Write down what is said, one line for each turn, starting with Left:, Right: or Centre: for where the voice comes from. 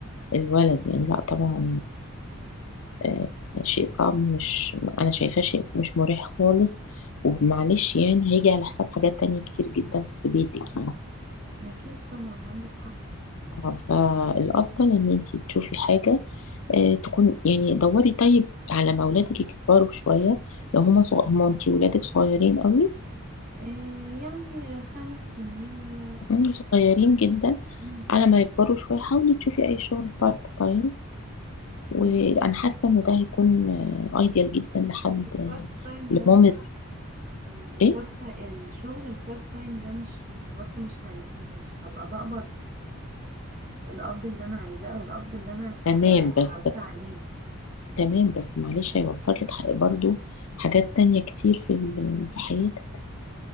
Left: الولد يعني لا طبعا آه، شيء صعب مش انا شايفاه شيء مش مريح خالص ومعلش يعني هيجي على حساب حاجات تانية كتير جدا في بيتك يعني
Right: اكيد طبعا عندك حق
Left: آه، فالافضل ان انت تشوفي حاجة آه، تكون يعني دوري طيب على ما اولادك يكبروا شوية لو هما صغ... هما انتي ولادك صغيرين قوي
Right: آه يعني خمس سنين و
Left: مم، صغيرين جدا
Right: م- م-
Left: على ما يكبروا شوية حاولي تشوفي أي شغل بارت تايم وأنا
Right: م.
Left: حاسة إنه ده هيكون أيديال جدا لحد
Right: بس البارت تايم
Left: لمامز
Right: ده مش يعني البارت
Left: إيه
Right: الشغل البارت تايم ده مش مش برضو مش هيدي مش هبقى بقبض الاب اللي انا عايزاه او الاب اللي انا في
Left: تمام
Right: حياتي
Left: بس
Right: متعوده عليه
Left: تمام بس معلش هيوفر لك حق- برضو حاجات تانية كتير في ال- في حياتك